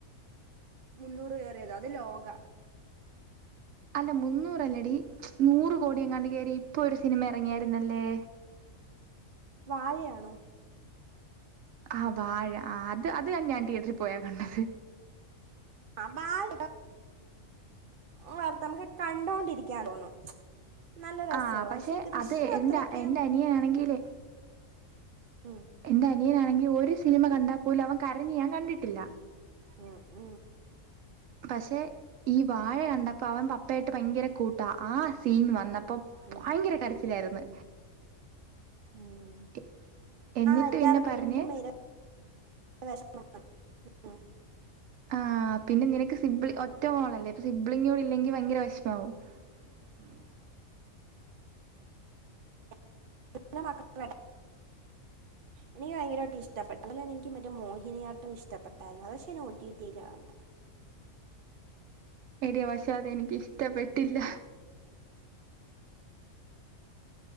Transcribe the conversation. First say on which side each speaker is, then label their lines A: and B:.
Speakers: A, on the right; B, on the right.
A: മുന്നൂറ് കയറിയത അത് ലോക
B: അല്ല മുന്നൂറല്ലടി നൂറ് കോടി എങ്ങാണ്ട് കയറി ഇപ്പൊ ഒരു സിനിമ ഇറങ്ങിയായിരുന്നല്ലേ
A: വാഴയാണോ
B: ആ വാഴ ആ അത് അത് ഞാ ഞാൻ തിയേറ്ററിൽ പോയാ കണ്ടത്
A: ആ ബാഴ വർ നമുക്ക് കണ്ടോണ്ടിരിക്കാൻ തോന്നും നല്ല രസമാണ്
B: ആ പക്ഷെ
A: ദൃശ്യം
B: അത് എന്റെ
A: അത്രയ്ക്ക്
B: എന്റെ അനിയനാണെങ്കിലെ
A: ഉം
B: എന്റെ അനിയനാണെങ്കി ഒരു സിനിമ കണ്ടാൽ പോലും അവൻ കരഞ്ഞ് ഞാൻ കണ്ടിട്ടില്ല
A: ഉം ഉം
B: പക്ഷെ ഈ വാഴ കണ്ടപ്പോ അവൻ പപ്പായിട്ട് ഭയങ്കര കൂട്ട ആ സീൻ വന്നപ്പോ
A: ഉം
B: ഭയങ്കര കരച്ചിലായിരുന്ന്
A: ഉം
B: എ- എന്നിട്ട്
A: ആഹ് അല്ലാർക്കും
B: പിന്നെ പറഞ്ഞ്
A: എൻക്കും മെയ് <inaudible> ഉം
B: ആഹ് പിന്നെ നിനക്ക് സിബ്ലി ഒറ്റ മോളല്ലേ ഇപ്പൊ സിബ്ലിങ്ങൂടി ഇല്ലെങ്കിൽ ഭയങ്കര വെഷമാവും. <inaudible>
A: <inaudible> എനിക്ക് ഭയങ്കരമായിട്ട് ഇഷ്ടപെട്ട് അതുപോലെ എനിക്ക് മറ്റേ മോഹിനിയാട്ടവും ഇഷ്ടപെട്ടായിരുന്നു അത് പക്ഷെ ഞാ ഓട്ടിട്ടീല കണ്ടേ.
B: എടി പക്ഷെ അത് എനിക്കിഷ്ടപ്പെട്ടില്ല.